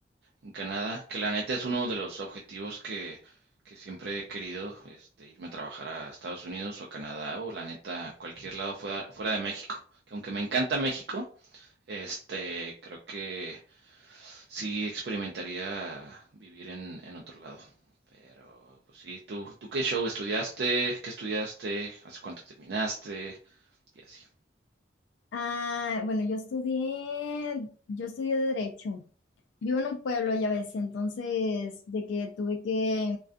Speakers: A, on the right; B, on the left.
A: en Canadá, que la neta es uno de los objetivos que, que siempre he querido, este, irme a trabajar a Estados Unidos o a Canadá o la neta cualquier lado fuera, fuera de México. Que aunque me encanta México, este, creo que sí experimentaría vivir en, en otro lado. Pero, pues sí, ¿tú, tú qué show estudiaste? ¿Qué estudiaste? ¿Hace cuánto terminaste? Y así.
B: Ah, bueno, yo estudié, yo estudié Derecho. Vivo en un pueblo, ya ves, entonces de que tuve que